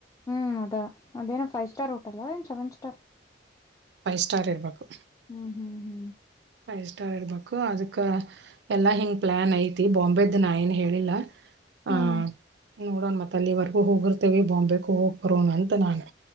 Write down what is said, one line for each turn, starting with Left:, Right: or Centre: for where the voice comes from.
Left: ಹ್ಮ್ ಅದ ಅದೇನು ಫೈವ್ ಸ್ಟಾರ್ ಹೋಟಲ್ ಏನು ಸೆವೆನ್ ಸ್ಟಾರ್
Right: ಫೈವ್ ಸ್ಟಾರ್ ಇರಬೇಕು
Left: ಹ್ಮ್ ಹ್ಮ್ ಹ್ಮ
Right: ಫೈವ್ ಸ್ಟಾರ್ ಇರ್ಬೇಕು ಅದಕ್ಕೆ ಎಲ್ಲಾ ಹಿಂಗ್ ಪ್ಲಾನ್ ಐತಿ ಬಾಂಬೆ್ದ ನಾ ಏನ್ ಹೇಳಿಲ್ಲಾ
Left: ಹ್ಮ್
Right: ಆ ನೋಡೋಣ ಮತ್ತ ಅಲ್ಲಿವರೆಗೂ ಹೋಗಿರ್ತೇವಿ ಬಾಂಬೆಗೂ ಹೋಗ್ ಬರೋಣ ಅಂತ ನಾನು